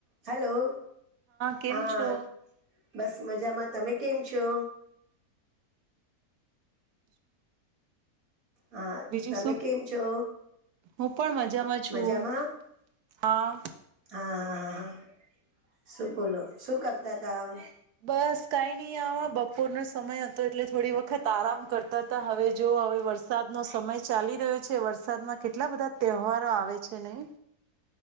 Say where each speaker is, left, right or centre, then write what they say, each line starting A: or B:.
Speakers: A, on the right; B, on the right.
A: Hello
B: કેમ
A: હા
B: છો
A: બસ મજામાં તમે કેમ છો. હા
B: બીજું
A: તમે
B: શું
A: કેમ છો.
B: હું પણ મજામાં છું
A: મજામાં
B: હા
A: હા હા હા હા શું બોલો શું કરતા હતામ
B: બસ કઈ નહી આવા બપોરનોો સમય હતો એટલે થોડી વખત આરામ કરતા હતા હવે જો હવે વરસા વરસાદ નો સમય ચાલી રહ્યો છે વરસાદમાં કેટલા બધા તહેવારો આવે છે નહી.